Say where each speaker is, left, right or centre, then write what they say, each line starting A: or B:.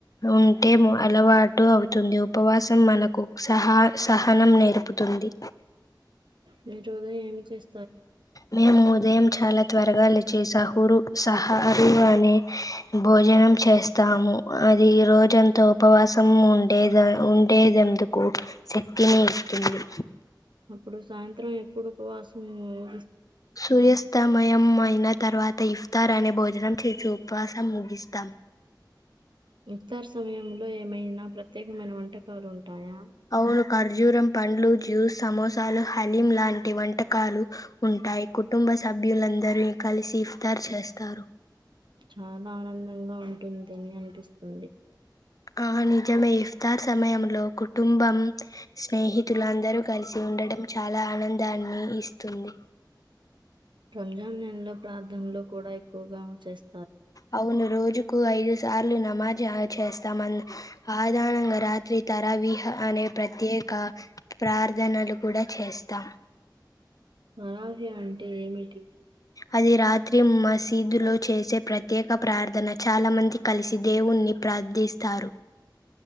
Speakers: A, on the left; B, on the right.
A: ఉంటే అలవాటు అవుతుంది ఉపవాసం మన సహ సహనం నేర్పుతుంది.
B: మీ చోద ఏమి చేస్
A: మేము ఉదయం చాలా త్వరగా లేచి సహురు సహారు అని భోజనం చేస్తాము. అది రోజంతా ఉపవాసం ఉండేదె ఉండేదెందుకు శక్తిని ఇస్తుంది
B: ఇప్పుడు సాయంత్రం ఎప్పుడు ఉపవాసం ఊ
A: సూర్యస్తమయం మైన తర్వాత ఇఫ్తార్ అనే భోజనం చేసి ఉపవాసం ముగిస్తాం
B: ఇఫ్తార్ సమయంలో ఏమైనా ప్రత్యేకమైన వంటకాలు ఉంటాయా
A: అవును ఖర్జూరం పండ్లు జ్యూస్ సమోసాలు హలీం లాంటి వంటకాలు ఉంటాయ్ కుటుంబ సభ్యులందరి కలిసి ఇఫ్తార్ చేస్తారు
B: చానా ఆనందంగా ఉంటుందని అనిపిస్తుంది
A: ఆ నిజమే ఇఫ్తార్ సమయంలో కుటుంబం స్నేహితులందరూ కలిసి ఉండడం చాలా ఆనందాన్ని ఇస్తుంది
B: రంజాన్ నెలలో ప్రార్థనలు కూడా ఎక్కువగా చేస్
A: అవును రోజు కు ఐదు సార్లు నమాజ్ ఆ చేస్తామన్ ఆధాణంగా రాత్రి తర విహ్ అనే ప్రత్యేక ప్రార్థనలు కూడా చేస్తాం
B: నవాజే అంటే ఏమిటి
A: అది రాత్రి మసీదు లో చేసే ప్ర త్యేక ప్రార్థన చాలా మంది కలిసి దేవుణ్ణి ప్రార్థిస్తారు